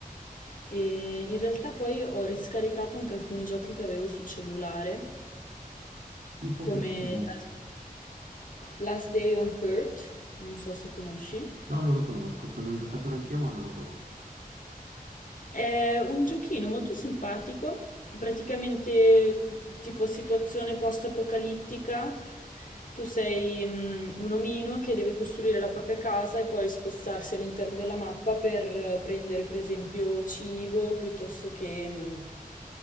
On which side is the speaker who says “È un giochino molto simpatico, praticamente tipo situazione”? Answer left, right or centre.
Left